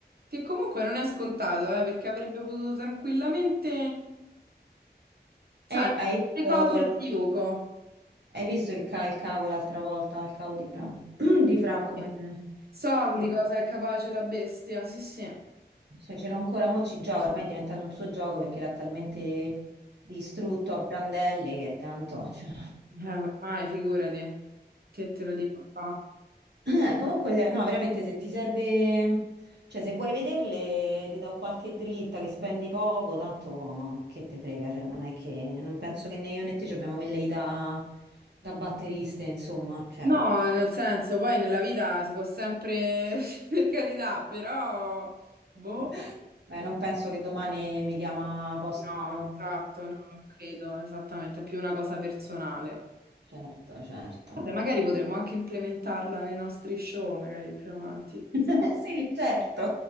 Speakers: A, on the right; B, on the right.
A: Che comunque non è scontato, eh, perché avrebbe potuto tranquillamente... Sai,
B: E hai visto,
A: le cose
B: col-
A: da Yuko.
B: hai visto il, ca- il cavo l'altra volta, il cavo di Fra, <clears throat> di Fra come...
A: Sì. So
B: Che
A: di cosa è capace la bestia, sì, sì. Eh,
B: Cioè, ce l'ho ancora, mo ci gioco, ormai è diventato un suo gioco perché l'ha talmente distrutto a brandelli che tanto... cioè.
A: ormai figurati, che te lo dico qua.
B: <laughs> Comunque, se- no, veramente se ti serve... Cioè, se vuoi vederle, ti do qualche dritta che spendi poco, tanto che te frega, cioè, non è che... Non penso che né io né te ci abbiamo velleità da batteriste, insomma, cioè...
A: No, nel senso, poi nella vita si può sempre, <laughs> per carità, però, boh,
B: <laughs> Beh, non penso che domani mi chiama Post
A: no,
B: Malone.
A: esatto, no, non credo, esattamente, è più una cosa personale.
B: Certo, certo.
A: Vabbè, magari potremmo anche implementarla nei nostri show, magari più avanti, chi
B: <laughs>
A: lo sa.
B: Sì, certo,